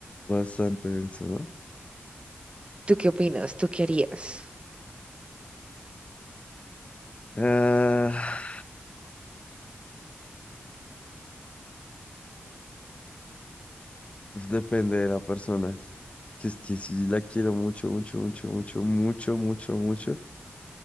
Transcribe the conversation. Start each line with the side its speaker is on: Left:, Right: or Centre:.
Left: Bastante denso, ¿no?
Right: ¿Tú qué opinas? ¿Tú qué harías?
Left: Ah. pues, Depende de la persona. Que es que si la quiero mucho, mucho, mucho, mucho, mucho, mucho, mucho.